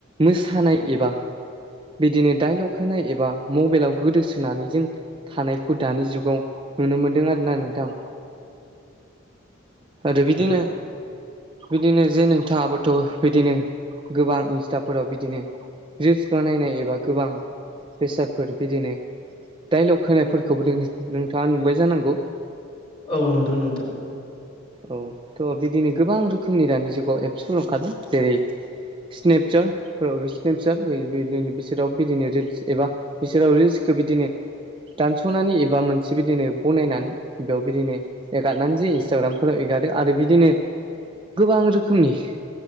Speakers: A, on the right (about 25°); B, on the left (about 25°).
A: मोसानाय एबा बिदिनो डाइलग होनाय एबा मबेलाव गोदोसोनानै जों थानायखौ दानि जुगाव नुनो मोनदों आरोना नोंथां। आरो
B: नोंथां
A: बिदिनो बिदिनो जे नोंथाङाबोथ' बिदिनो गोबां इन्स्टाफोराव बिदिनो रिल्स बानायनाय एबा गोबां बेसादफोर बिदिनो डाइलग होनायफोरखौबो नोंथाङा नुबाय जानांगौ।
B: औ नुदों नोंथां
A: औ थ' बिदिनो गोबां रोखोमनि दानि जुगाव एप्सफोर ओंखारादों जेरै स्नेपचारफोराव बे स्नेपचटदि बिसोराव बिदिनो रिल्स एबा बिसोराव रिलसखौ बिदिनो दानस'नानै एबा मोनसे बिदिनो बनायनानै बेयाव बिदिनो एगारनानै जे इन्स्टाग्रामफोराव एगारदो आरो बिदिनो गोबां रोखोमनि